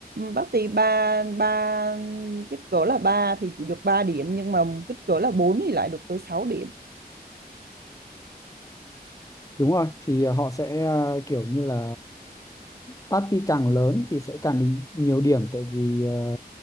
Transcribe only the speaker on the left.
đúng rồi thì ờ, họ sẽ ờ, kiểu như là party càng lớn thì sẽ càng được nhiều điểm tại vì ờ,